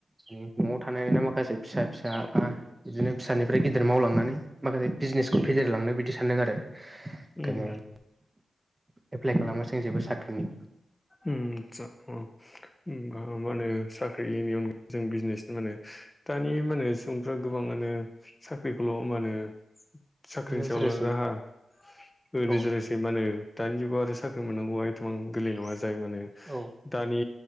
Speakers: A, on the right; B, on the left.
A: न‌ न'आव थानायानो माखासे फिसा फिसा बा बिदिनो फिसानिफ्राय गिदिर मावलांनानै माखासे बिजनेसखौ फेदेरलांनो बिदि दि सानदों आरो।
B: उम।
A: ओंखायनो एप्लाइ खालामासै आं जेबो साख्रिनि
B: उम आतसा अ उम आं उम मा होनो साख्रिनि अनगायै जों बिजनेस मा‌ होनो दानि मा होनो सुबुंफ्रा गोबाङानो साख्रिखौल' मा होनो साख्रिनि
A: नोजोरसै
B: सायावल' राहा होनो
A: औ
B: जेरैसै मा होनो दानि जुगाव आरो साख्रि मोननांगौआ एसेबां गोरलै नङा जाय मानो
A: औ
B: दानि